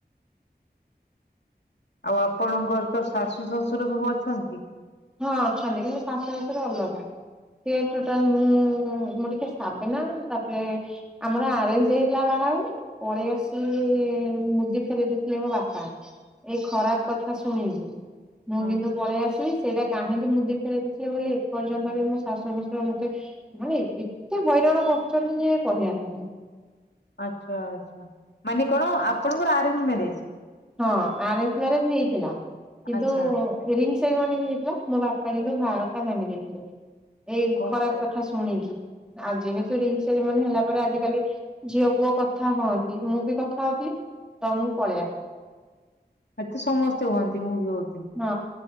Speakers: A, on the left; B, in the centre.
A: ଆଉ ଆପଣଙ୍କର ତ ଶାଶୁ ଶଶୁର ସବୁ ଅଛନ୍ତି।
B: ହଁ ଅଛନ୍ତି କିନ୍ତୁ ଶାଶୁ ଶଶୁର ଅଲଗା। ସେ ଟୋଟାଲ ମୁଁ ମୁଁ ଟିକେ ସାବେନା ତାପରେ ଆମର ଆରେଞ୍ଜ ହେଇଥିଲା ବା ଆଉ ପଳେଇ ଆସି ମୁଦି ଫେରେଇ ଦେଇଥିଲେ ମୋ ବାପା ଏଇ ଖରାପ କଥା ଶୁଣିବି ମୁଁ
A: ହଁ।
B: କିନ୍ତୁ ପଳେଇ ଆସିବି ସେଇଟା କାହିଁକି ମୁଁଦି ଫେରେଇ ଦେଇ ଥିଲେ ବୋଲି ଏପର୍ଯ୍ୟନ୍ତ ବି ମୋ ଶାଶୁ ଶଶୁର ମତେ ମାନେ ଏତେ ହଇରାଣ କରିଚନ୍ତି ଯେ କହିବାକୁ ନାଇଁ।
A: ଆଚ୍ଛା ଆଚ୍ଛା ମାନେ କଣ ଆପଣଙ୍କର ଆରେଞ୍ଜ ମ୍ୟାରେଜ।
B: ହଁ ଆରେଜ ମାରେଜ ହେଇଥିଲା କିନ୍ତୁ
A: ଆଚ୍ଛା
B: ରିଙ୍ଗସ ସେଇ ମାନେ ବି ହେଇଥିଲା ମୋ ବାପା କିନ୍ତୁ ବାହାଘରଟା ଭାଙ୍ଗି ଦେଇଥିଲେ ଏଇ
A: ଓହୋ
B: ଖରାପ କଥା ଶୁଣିକି। ଆ ଯେହତୁ ରିଙ୍ଗ ସେରିମନି ହେଲା ପରେ ଆଜିିକାଲି ଝିଅ ପୁଅ କଥା ହଅନ୍ତି ମୁଁ ବି କଥା ହଉଥିଲି ତ ମୁଁ ପଳେଆ
A: ଏଠିତ ସମସ୍ତେ ହୁଅନ୍ତି ମୁଁ ବି ହଉ
B: ହଁ